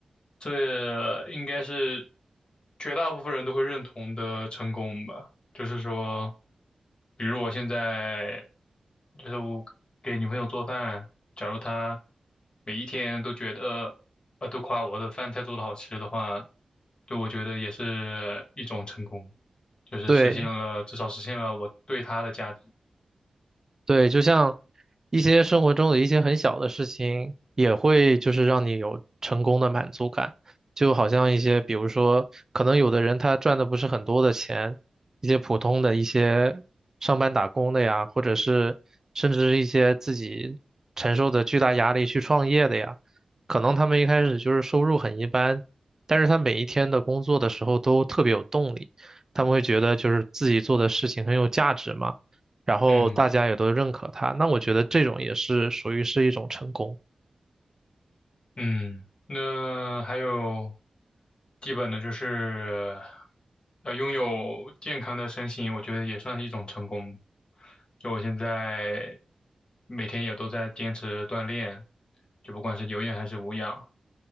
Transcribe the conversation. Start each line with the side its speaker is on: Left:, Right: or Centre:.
Left: 这应该是绝大部分人都会认同的成功吧。就是说，比如我现在就是我给女朋友做饭，假如她每一天都觉得呃都夸我的饭菜做的好吃的话，对我觉得也是一种成功。就是实现了，
Right: 对。
Left: 至少实现了我对他的价值。
Right: 对，就像一些生活中的一些很小的事情，也会就是让你有成功的满足感。就好像一些，比如说，可能有的人他赚的不是很多的钱，一些普通的一些上班打工的呀，或者是甚至是一些自己承受着巨大压力去创业的呀，可能他们一开始就是收入很一般，但是他每一天的工作的时候都特别有动力，他们会觉得就是自己做的事情很有价值嘛。然后大家也都认可他，
Left: 嗯
Right: 那我觉得这种也是属于是一种成功。
Left: 嗯，那还有基本的就是，呃，拥有健康的身心，我觉得也算是一种成功。就我现在每天也都在坚持锻炼，就不管是有氧还是无氧。